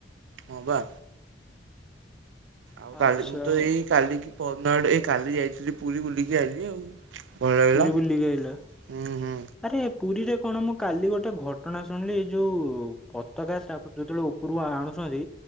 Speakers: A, on the right; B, in the centre.
A: ହଁ ପା। ଆଉ କାଲି
B: ଆଚ୍ଛା
A: ମୁଁ ତ
B: ହଉ
A: ଏଇ କାଲି କାଲି କି ପରଦିନ ଆଡ଼େ ଏଇ କାଲି ଯାଇଥିଲି ପୁରୀ ବୁଲିକି ଆଇଲିି ଆଉ। ଭଲ ଲାଗିଲା
B: ପୁରୀ
A: ହୁଁ
B: ବୁଲିକି ଆଇଲ।
A: ହୁଁ।
B: ଆରେ ପୁରୀରେ କଣ ମୁଁ କାଲି ଗୋଟେ ଘଟଣା ଶୁଣିଲି, ଏଇ ଯୋଉ ପତକା ତାକୁ ଯେତୋବୋଳେ ଉ ପୁରୁ ଆଣୁଛନ୍ତି